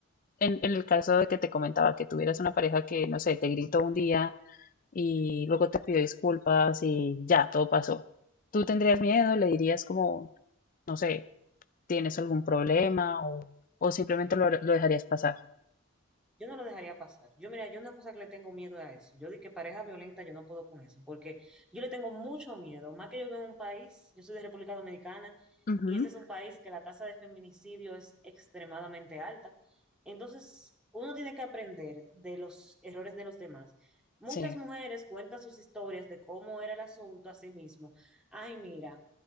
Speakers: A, on the left; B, in the centre.
A: en, en el caso de que te comentaba que tuvieras una pareja que, no sé, te gritó un día y luego te pidió disculpas y ya, todo pasó? ¿Tú tendrías miedo? ¿Le dirías como, no sé, tienes algún problema o, o simplemente lo, lo dejarías pasar?
B: Yo no lo dejaría pasar. Yo, mira, yo una cosa que le tengo miedo a eso. Yo di que pareja violenta, yo no puedo con eso, porque yo le tengo mucho miedo. Más que yo vivo en un país, yo soy de República Dominicana,
A: Ujú,
B: y este es un país que la tasa de feminicidio es extremadamente alta. Entonces, uno tiene que aprender de los errores de los demás. Muchas
A: sí.
B: mujeres cuentan sus historias de cómo era el asunto a sí mismo. Ay, mira,